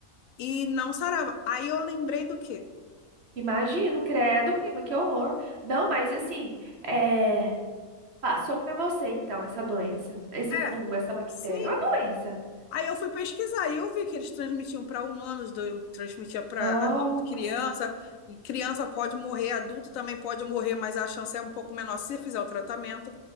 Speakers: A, on the left; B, on the right.
A: e não sarava. Aí eu lembrei do quê?
B: Imagino, credo, prima, que horror. Não, mas assim, é, passou pra você então essa doença, esse
A: É,
B: fungo, essa bactéria.
A: sim,
B: É uma doença.
A: Aí eu fui pesquisar e eu vi que eles transmitiam para humanos, do- transmitia para
B: Nossa,
A: adulto, criança, e criança pode morrer, adulto também pode morrer, mas a chance é um pouco menor se fizer o tratamento.